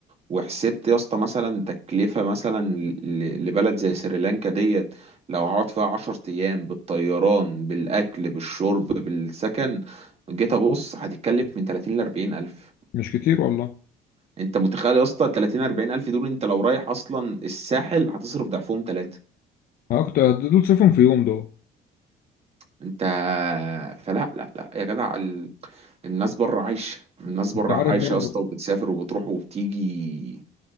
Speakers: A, on the right (about 35°); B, on the left (about 60°).
A: وحسبت يا اسطى مثلا تكلفه مثلا ل- لبلد زي سريلانكا ديت لو هقعد فيها 10 ايام بالطيران بالاكل بالشرب بالسكن جيت ابص هتتكلف من 30 ل 40 الف
B: مش كتير والله
A: انت متخيل يا اسطى 30 40 الف دول انت لو رايح اصلا الساحل هتصرف ضعفهم ثلاثه.
B: اه كنت دول تسافرهم في يوم دول
A: انت فلا لا لا يا جدع ال... الناس بره عايشه الناس بره
B: انت عارف
A: عايشه
B: برضو
A: يا اسطى وبتسافر وبتروح وبتيجي